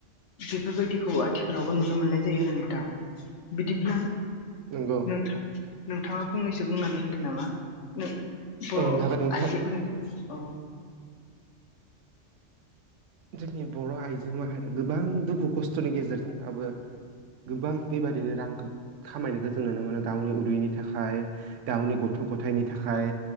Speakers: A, on the left; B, on the right.
A: बेफोरबायदिखौ आथिखालावबो नुनो मोननाय जायो आरो नोंथां। बिदिब्ला
B: नंगौ
A: नोंथां नोंथाङा फंनैसो बुंनानै होदो नामा नों बर'
B: औ जागोन नोंथां
A: आइजोफोरनि औ।
B: जोंनि बर' आइजो माहरिया गोबां दुखु खस्थ'नि गेजेरजोंबाबो गोबां बेबायदिनो रां खा-खामायनायखौ जों नुनो मोनो गावनि उदैनि थाखाय गावनि गथ' ग'थायनि थाखाय।